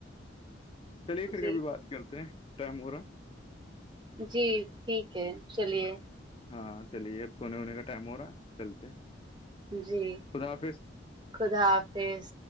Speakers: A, on the left; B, on the right.
A: چلیے پھر
B: جی
A: کبھی بات کرتے ہیں ٹائم ہو رہا
B: جی ٹھیک ہے چلیے
A: ہاں چلیے فونے ونے کا ٹائم ہو رہا چلتے
B: جی
A: خدا حافظ
B: خدا حافظ